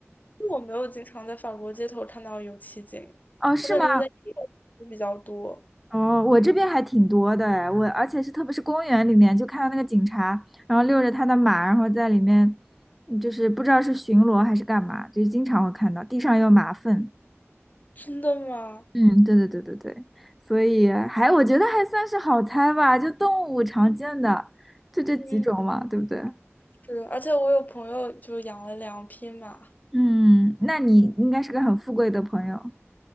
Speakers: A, on the left (about 35°); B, in the centre.
A: 我没有经常在法国街头看到有骑警，
B: 哦，是吗？
A: 我感觉我在英国比较多。
B: 哦，我这边还挺多的哎，我而且是特别是公园里面，就看到那个警察，然后遛着他的马，然后在里面，就是不知道是巡逻还是干嘛，就是经常会看到地上有马粪。
A: 真的吗？
B: 嗯，对对对对对，所以还我觉得还算是好猜吧，就动物常见的，就这几种嘛，
A: 嗯，
B: 对不对？
A: 是，而且我有朋友就养了两匹马，
B: 嗯，那你应该是个很富贵的朋友。